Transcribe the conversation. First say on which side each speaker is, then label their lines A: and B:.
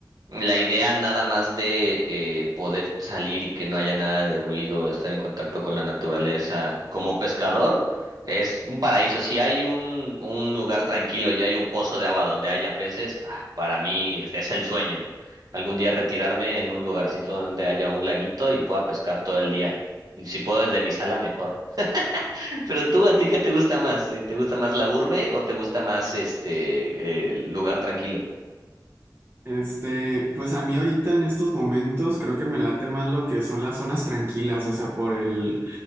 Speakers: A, on the right; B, on the right.
A: La idea nada más de eh, poder salir y que no haya nada de ruido, estar en contacto con la naturaleza como pescador es un paraíso. Si hay un, un lugar tranquilo y hay un pozo de agua donde haya peces, ah, para mí es, es el sueño. Algún día retirarme en un lugarcito donde haya un laguito y pueda pescar todo el día. Y si puedo desde mi sala, mejor. <laughs> Pero tú, ¿a ti qué te gusta más? Eh, ¿Te gusta más la urbe o te gusta más este eh, el lugar tranquilo?
B: Este, pues a mí ahorita en estos momentos creo que me late más lo que son las zonas tranquilas, o sea, por el,